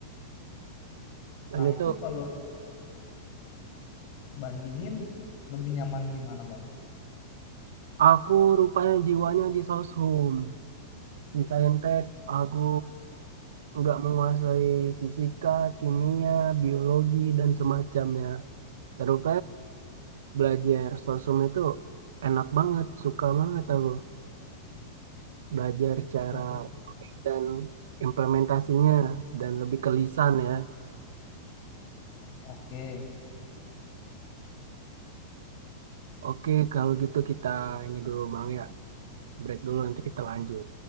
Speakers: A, on the right; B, on the left.
A: dan
B: Nah,
A: itu
B: itu kalau dibandingin lebih nyaman di mana, Bang?
A: aku rupanya jiwanya di Soshum di Saintek aku nggak menguasai fisika kimia biologi dan semacamnya Terus belajar sosum itu enak banget, suka banget aku belajar cara
B: Oh,
A: dan implementasinya dan lebih ke lisan ya.
B: oke.
A: Oke, kalau gitu kita ini dulu Bang ya, break dulu nanti kita lanjut.